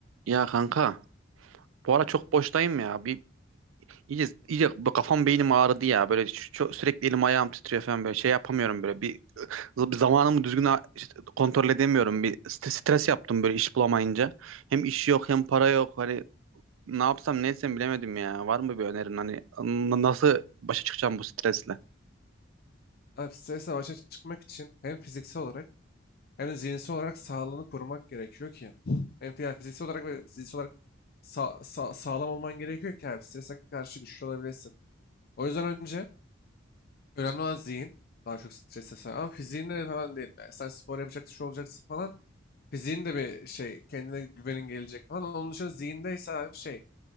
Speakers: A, on the right (about 80°); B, on the left (about 50°).
A: Ya kanka bu ara çok boştayım ya. Bir iyice, iyice bu kafam beynim ağrıdı ya. Böyle şu- çok, sürekli elim ayağım titriyor falan böyle şey yapamıyorum böyle. Bir, bir zamanımı düzgün a- işte kontrol edemiyorum. Bir stres, stres yaptım böyle iş bulamayınca. Hem iş yok hem para yok. Hani ne yapsam ne etsem bilemedim ya. Var mı bir önerin hani n- nasıl başa çıkacağım bu stresle?
B: Abi stresle başa çıkmak için hem fiziksel olarak hem de zihinsel olarak sağlığını korumak gerekiyor ki. Hem fi- yani fiziksel olarak ve zihinsel olarak sa- sa- sağlam olman gerekiyor ki abi strese karşı güçlü olabilesin. O yüzden önce önemli olan zihin. Daha çok strese sahip. Ama fiziğinle de falan değil. Yani sen spor yapacaksın, şu olacaksın falan. Fiziğin de bir şey, kendine güvenin gelecek falan. Onun dışında zihindeyse abi şey.